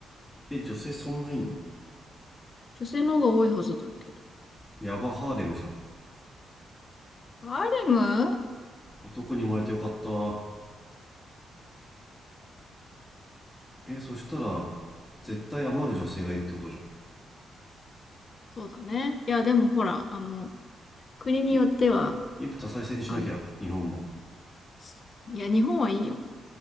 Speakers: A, on the left; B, on the left.
A: え女性そんないんの
B: 女性の方が多いはずだけど。
A: ヤバハーレムじゃん
B: ハーレム
A: 男に生まれてよかったえそしたら絶対余る女性がいるってことじゃん
B: そうだね。いや、でもほら、あの、国によっては、
A: い一夫多妻制にしなきゃ日本も
B: あの、すいや、日本はいいよ。